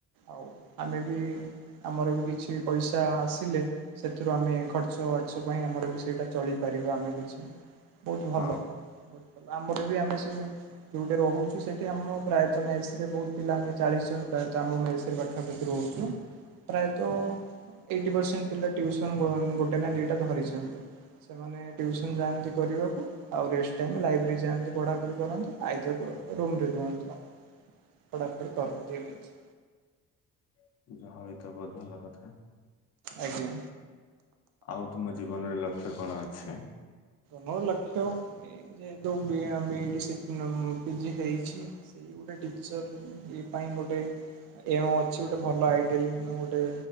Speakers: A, on the right (about 70°); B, on the left (about 45°).
A: ଆଉ ଆମେ ବି ଆମର ବି କିଛି ପଇସା ଆସିଲେ ସେଥିରୁ ଆମେ ଖର୍ଚ୍ଚ ବାର୍ଚ୍ଚ ପାଇଁ ଆମର ବି ସେଇଟା ଚଳିପାରିବ ଆମେ କିଛି ବହୁତ
B: ହଁ।
A: ଭଲ ବହୁତ। ଆମର ବି ଆମେ ଶିବେ ଯୋଉଠି ରହୁଛୁ ସେଠି ଆମ ପ୍ରାୟତ ମେସ ରେ ବହୁତ ପିଲା ଆମେ ଚାଳିଶ ଜଣ ପ୍ରାୟତ ଆମ ମେସରେ ପାଖା ପାଖି ରହୁଚୁ ପ୍ରାୟତଃ ଏଇଟି ପରସେଣ୍ଟ ପିଲା ଟିଉସନ ଗୋଟେ ନା ଦ ଦିଟା ଧରିଛନ୍ତି, ସେମାନେ ଟିଉସନ ଯାଆନ୍ତି କରିବାକୁ। ଆଉ ରେଷ୍ଟ୍ ଟାଇମ୍ ଲାଇବ୍ରେରୀ ଯାଆନ୍ତି ପଢାପଢି କରନ୍ତୁ ଆଇ ରୁ ରେ ରୁହନ୍ତୁ? ପଢ଼ା ପଢି <unintelligible>
B: <unintelligible>
A: ଆଜ୍ଞା।
B: ଆଉ ତୁମ ଜୀବନରେ ଲକ୍ଷ୍ୟ କଣ ଅଛି?
A: ମୋର ଲକ୍ଷ୍ୟ ଏ ଯେହେତୁ ବିଇ ପିଜି ହେଇଚି। ଏ ଗୋଟେ ଟିଚର ଏ ପାଇଁ ଗୋଟେ ଏ ଅଛି ଗୋଟେ ଭଲ ଆଇଡଲ ଗୋଟେ